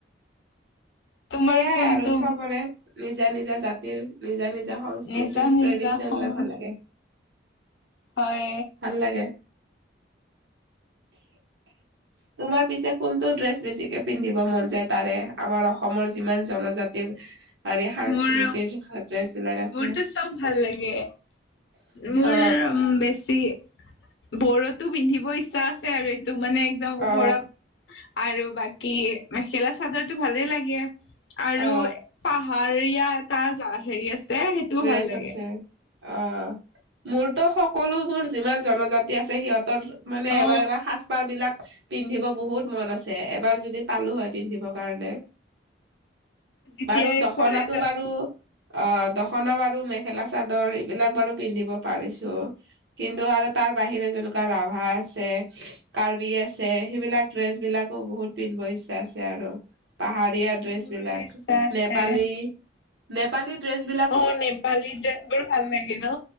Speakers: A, on the left; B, on the right.
A: তোমাৰ
B: সেইয়াই
A: কোনটো
B: আৰু চবৰে নিজা নিজা জাতিৰ নিজা নিজা। সংস্কৃতিৰ
A: নিজা নিজা
B: ট্ৰেডিচনেল
A: সজ
B: বিলাক ভাল লাগে।
A: হয়।
B: ভাল লাগে। তোমাৰ পিছে কোনটো ড্ৰেছ বেছিকে পিন্ধম। যায় তাৰে আমাৰ অসমৰ যিমান জনজাতিৰ। আৰে সাংস্কৃতিৰ
A: মোৰ
B: ড্ৰেছ বিলাক আছে
A: মোৰটো চব ভাল লাগে। মোৰ
B: অ
A: বেছি বোৰতো পিন্ধিব ইচ্ছা আছে আৰু। ত মানে একদম ওপৰত।
B: অ
A: আৰু বাকী মেখেলা চাদৰ টো ভালে লাগে আৰু
B: অ
A: পাহ। আৰু ইয়া এটা হেৰি আছে। সেইটোও
B: ড্ৰেছ
A: ভাল লাগে
B: আছে অ। মোৰতো সকলোবোৰ যিমান জনজাতি আছে সিহঁতৰ মানে
A: অ
B: এবাৰ এবাৰ সাজ পাৰ বিলাক। পিন্ধিব বহুত মন আছে এবাৰ যদি পালো হয় পিন্ধিব কাৰণে।
A: যেতিয়াই
B: বাৰু দখনাটো
A: কলেজত
B: বাৰু অ দ। খনা বাৰু মেখেলা চাদৰ এইবিলাক বাৰু পিন্ধিব পাৰিছো কিন্তু আৰু তাৰ বাহিৰে যেন। ৰাভা আছে কাৰ্বি আছে সেইবিলাক ড্ৰেছ বিলাকো বহুত পিন্ধিব ইচ্ছা আছে আৰু। আৰু পাহাৰীয়া ডেছ
A: মোৰো
B: বিলাক
A: ইচ্ছা আছে
B: নেপালী নেপালী ডেছ বিলাক।
A: অ নেপালী ড্ৰেছ বোৰ ভাল লাগে ন